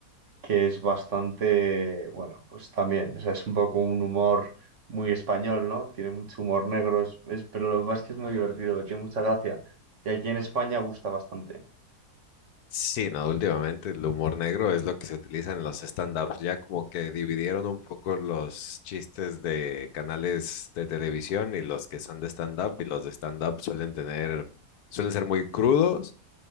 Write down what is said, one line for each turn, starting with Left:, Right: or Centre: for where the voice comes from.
Right: que es bastante, bueno, pues también, o sea, es un poco un humor muy español, ¿no? Tiene mucho humor negro, es- es- pero lo más que es muy divertido, que tiene mucha gracia. Y aquí en España gusta bastante.
Left: Sí, no, últimamente el humor negro es lo que se utiliza en los stand-ups. Ya como que dividieron un poco los chistes de canales de televisión y los que son de stand-up, y los de stand-up suelen tener, suelen ser muy crudos